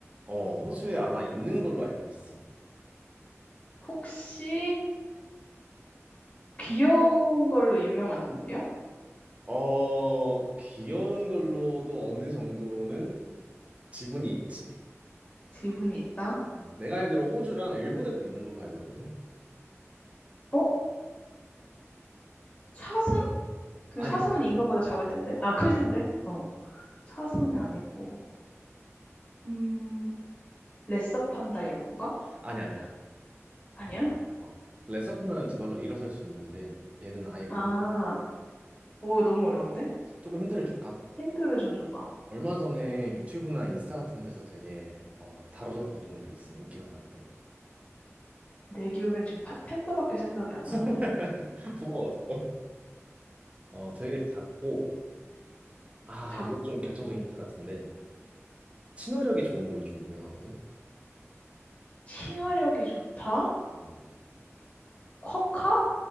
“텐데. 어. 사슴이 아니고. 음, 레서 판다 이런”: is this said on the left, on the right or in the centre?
Left